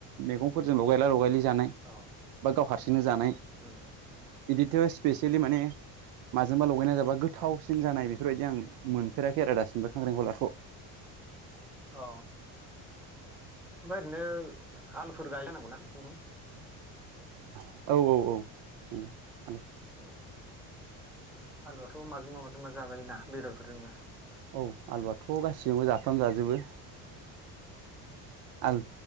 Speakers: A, on the right; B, in the centre.
A: मैगंफोरजों लगायला लगायलि जानाय,
B: औ
A: बा गाव हारसिंनो जानाय।
B: उम
A: इदिट स्पेसियेलि माने माजोंबा लगायना जाबा गोथावसिन जानाय बेफोरबायदि आं मोनफेराखै आरो दासिमबो खांख्रिंखलाखौ।
B: अ ओमफ्राय ओरैनो आलुफोर गाय जानांगौना नोंसिनिथिं?
A: <inaudible> औ औ औ ।
B: ओ आलुआथ' माजोंबा माजोंबा जाजायोना बेदरफोरजोंबो?
A: औ आलुआथ' गासैजोंबो जाफ्राम जाजोबो आल